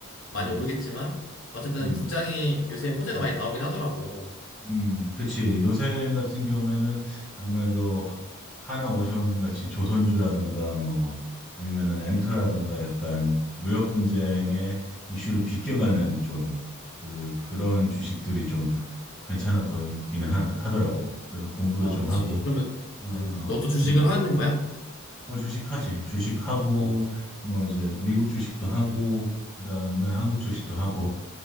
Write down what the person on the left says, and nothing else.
많이
오르겠지만, 어쨌든
국장이 요새 호재가
많이 나오긴 하더라고.
그래서,
어,
그치.
그러면,
음, 너 또 주식을
하는 거야?
어.